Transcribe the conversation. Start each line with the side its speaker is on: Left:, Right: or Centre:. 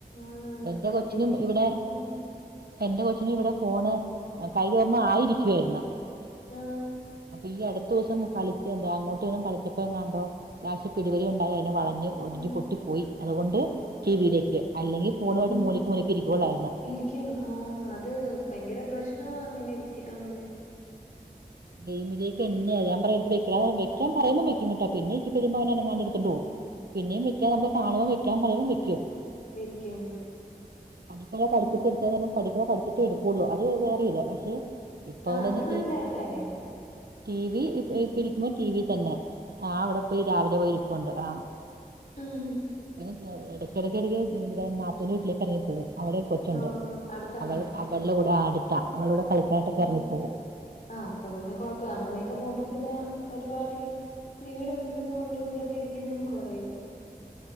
Left: ആണാണ്
Right: എന്റെ കൊച്ചിനും
Left: എനിക്ക്
Right: ഇവിടെ
Left: ഉം
Right: എന്റെ കൊച്ചിന് ഇവിടെ ഫോണ് കൈയ്യില് ഒന്ന് ആയിരിക്കുവായിരുന്ന്
Left: ആഹ്
Right: ഈ അടുത്ത ദിവസം കളിച്ച എന്ത അങ്ങോട്ട് ഇങ്ങും കളിച്ചപ്പോ എങ്ങാണ്ടോ ലാസ്റ്റ് പിടിപലി ഉണ്ടായി അതിനെ വളഞ്ഞു ഒടിഞ്ഞു
Left: ആ
Right: പൊട്ടി പോയി അതുകൊണ്ട് ടി വിയിലേക്ക് അല്ലെങ്കിൽ ഫോണുമായിട്ട് മൂലക്ക്
Left: ഓ
Right: മൂ ലക്ക് ഇരിക്കുകയള്ളായിരുന്നു
Left: ഇരിക്കും ആ അത് ഭയങ്കര പ്രശ്നം അങ്ങനെ ഇരിക്ക അങ്ങനെ
Right: ഗയിമിലേക്ക് എന്നെയ ഞാൻ പറ വെക്കട
Left: ആ
Right: വെക്കാ പറയ്പോ വെക്ക കേട്ടോ പിന്നെ കുറച്ചു
Left: വെക്കും
Right: അനങ്ങാണ്ട് എടുതൊണ്ട് പോകും പിന്നെയും വെക്കാ നമ്മള് കാണുംമ്പോ വെക്കാൻ പറയുമ്പോ വെക്കും
Left: വെക്കും
Right: അടുക്കള
Left: ഉം
Right: പഠിപ്പിച്ചത് എടുക്കാൻ നേരം പഠിക്ക്ണ പഠിച്ചത്തിട്ടേ എടുക്കുള്ളു അത് വേറെ ഇത് പക്ഷെ ഇപ്പൊണ്ട്ന്നെ
Left: ആ അത് നല്ല കാര്യം
Right: ടി വി ഇ ഇപ്പ ഇരിക്കുമ്പോ ടി വി തന്നെ ആഅവിടെ പോയി രാവിലെ പോയി ഇരിപ്പണ്ട് ആ
Left: ആഹ
Right: പിന്നെ ഇടക്കിടക്കിടക്ക് ഇ നാത്തൂ ന്റെവീട്ടിലേക്ക് ഇറങ്ങി പോ വുംഅവിടെ കൊച്ചുണ്ട്
Left: ഓ അടുത്താണോ
Right: അവൾ അവളുടെ കൂടെ അടുത്ത അവള കൂടെ കളിക്കാനായിട്ടൊക്കെ
Left: ഉം
Right: ഇറങ്ങിപ്പോകവും
Left: ആ അപ്പം പിന്നെ കൊഴപ്പല്ല അങ്ങനെയൊക്കെ പോകുമ്പോ പിന്നെ ഒരുപാട് ഈ ടിവിയുടെ മുമ്പിലും ഫോണിന്റെ മുമ്പിലൊക്കെ ഇരിക്കുന്ന കുറയും